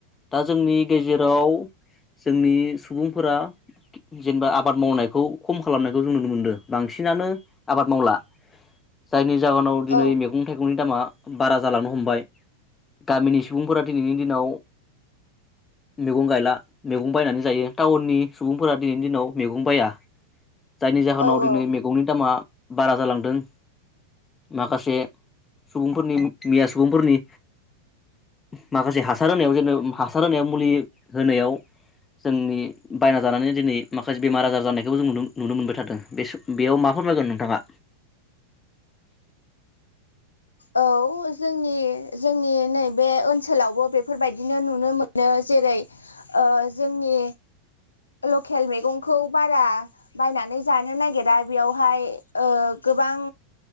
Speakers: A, on the left; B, on the left.
A: दा जोंनि गेजेराव जोंनि सुबुंफोरा जेनेबा आबाद मावनायखौ खम खालामनायखौ जों नुनो मोन्दों बांसिनानो आबाद मावला। जायनि जाहोनाव दिनै
B: औ
A: मेगं थायगंनि दामा बारा जालांनो हमबाय गामिनि सुबुंफोरा दिनैनि दिनाव मेगं गायला। मेगं बायनानै जायो। टाउननि सुबुंफोरा दिनैनि दिनाव मेगं बाया। जायनि जाहोनाव
B: औ
A: दिनै
B: औ
A: मेगंनि दामा बारा जालांदों माखासे सुबुं फोरनि मिया सुबुंफोरनि माखासे हासार होनायाव जेन हासार होनायाव मुलि होनायाव जोंनि बायना जानानै दिनै माखासे बेमार आजार जानायखौ जों नुनो-नुनो मोनबाय थादों। बेयाव मा फोरमायगोन नोंथाङा?
B: औ जोंनि जोंनि नै बे ओन्सोलावबो बेफोरबायदिनो नुनो मोनो जेरै ओ जोंनि लकेल मेगंखौ बारा बायनानै जानो नागिरा बेयावहाय ओ गोबां